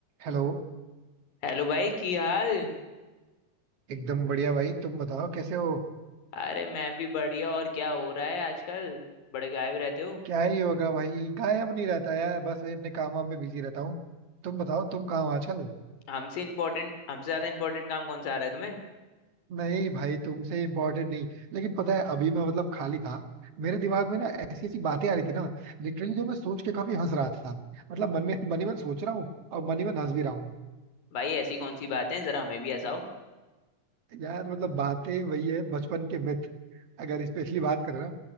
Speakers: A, on the right; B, on the left.
A: Hello
B: Hello भाई की हाल
A: एकदम बढ़िया भाई तुम बताओ कैसे हो
B: अरे मैं भी बढ़िया और क्या हो रहा है आजकल बड़े गायब रहते हो
A: क्या ही होगा भाई गायब नहीं रहता यार बस वही अपने काम वाम में बिजी रहता हूँ तुम बताओ तुम कहाँ हो आजकल
B: हमसे इम्पोर्टेंट हमसे ज्यादा इम्पोर्टेंट काम कौन सा आ रहा है तुम्हें
A: नहीं भाई तुमसे इम्पोर्टेंट नहीं लेकिन पता है अभी मैं मतलब खाली था मेरे दिमाग में ना ऐसी ऐसी बातें आ रही थी ना लिटरली जो मैं सोच के काफी हंस रहा था मतलब मन में मन ही मन सोच रहा हूँ और मन ही मन हंस भी रहा हूँ
B: भाई ऐसी कौन सी बातें हैं जरा हमें भी हंसाओ
A: यार मतलब बातें वही है बचपन के मिथ अगर स्पेशली बात करें ना